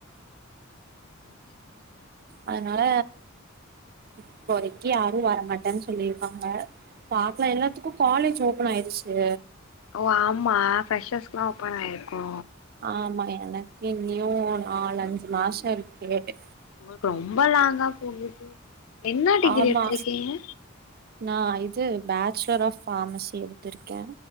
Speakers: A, on the left; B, on the right.
A: நிச்சயமாக
B: அதனால இப்போதைக்கு யாரு வரமாட்டாடேனு சொல்லிருக்காங்க பாக்லா எல்லாத்துக்கு காலேஜ் ஓபன் ஆயிருச்சு
A: ஓ ஆமா ப்ரெஷர்ஸ்குல்லா ஓப்பன் ஆய்ருக்கு
B: ஆமா எனக்கு இன்னியு நாலு அஞ்சு மாசோ இருக்கிறது
A: உங்களுக்கு ரொம்ப லாங்கா போகுது என்ன டிகிரி
B: ஆமா
A: எடுத்திருக்கீங்க
B: நா இது பேச்சலர் ஆஃப் ஃபார்மசி எடுத்திருக்கே